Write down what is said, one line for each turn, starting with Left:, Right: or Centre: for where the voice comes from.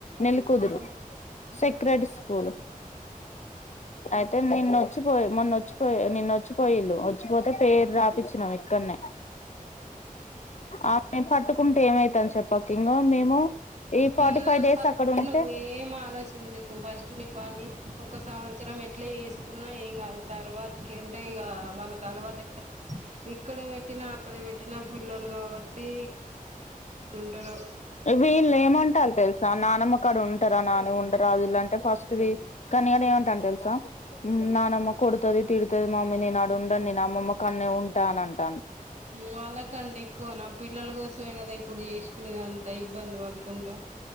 Left: నెల్లికుదురు
Right: ఆ
Left: సెక్రెడ్ స్కూలు అయితే నిన్నొచ్చిపోయి మొన్న వచ్చిపోయి నిన్న వ వచ్చిపోయిళ్లు వచ్చిపోతే పేరు రాపిచ్చినాం ఇక్కనే ఆ మేము పట్టుకుంటే ఏమైతని చెప్పక ఇంగో మేము ఈ
Right: పిల్లలు
Left: ఫార్టీ ఫైవ్ డేస్
Right: ఫస్ట్
Left: అక్కడ ఉంటే
Right: నువ్వేం ఆలోచించకు ఫస్ట్ స్ట్ ని పని ఒక సంవత్సరం ఎట్ల చేసుకున్నా ఏం కాదు తర్వా కంటే ఇగ వాళ్ళకి అలవాటే ఇక్కడ పెట్టినా అక్కడ పెట్టినా పిల్లలు కాబట్టి ఉంటరు
Left: వీళ్ళు ఏమంటారు తెలుసా నానమ్మ కాడ ఉంటరా నాని ఉండరా వీలాంటే ఫస్ట్ ట్వి కనీ నేను ఏమంటాను తెల్సా నానమ్మ కొడుతుది తిడ్ అ మమ్మీ నేను ఆడు ఉండను నేను అమమ్మ కానే ఉంటా అని అంటా
Right: వాళ్ళకంటె ఎక్కువ నా పిల్లల కోసమే కదా ఇప్పుడు చేసుకునేది అంతా ఇబ్బంది పడుకుంటా